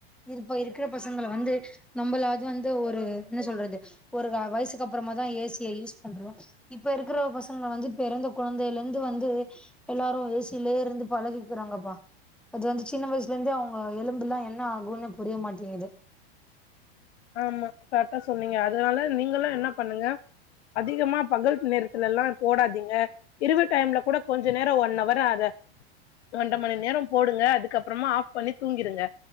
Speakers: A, in the centre; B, on the left.
A: இப்ப இருக்குற பசங்கள வந்து நம்பளாது வந்து ஒரு என்ன சொல்றது ஒரு வயசுக்கு அப்பறமாதா ஏசிய யூஸ் பண்றோ இப்ப இருக்கிற பசங்க வந்து பெறந்த கொழந்தையில இருந்து வந்து எல்லாரு ஏசியிலயே இருந்து பழகிக்கிறாங்கப்பா அது வந்து சின்ன வயசுல இருந்து அவங்க எலும்புல்லா என்ன ஆகுன்னு புரிய மாட்டேங்கிது
B: ஆமா கரெட்டா சொன்னீங்க அதனால நீங்களு என்ன பண்ணுங்க அதிகமா பகல் நேரத்துலல்லா போடாதீங்க இரவு டைம்ல கூட கொஞ்ச நேரோ ஒன்னவர் அத ஒன்ற மணி நேரோ போடுங்க அதுக்கப்பறமா ஆஃப் பண்ணி தூங்கிடுங்க